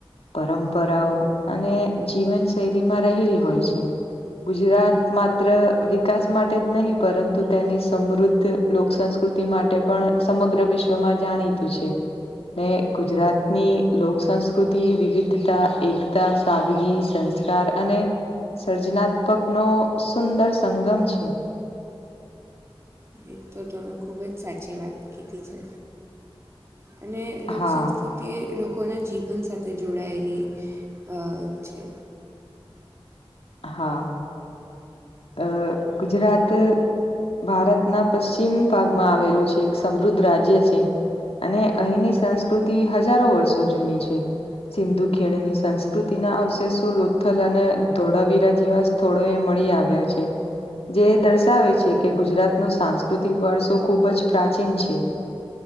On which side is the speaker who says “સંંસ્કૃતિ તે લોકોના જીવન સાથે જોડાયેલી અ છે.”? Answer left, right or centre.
Right